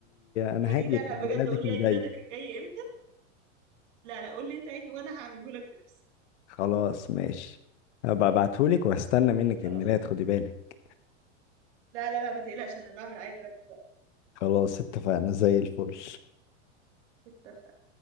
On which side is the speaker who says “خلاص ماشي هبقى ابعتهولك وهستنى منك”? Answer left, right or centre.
Left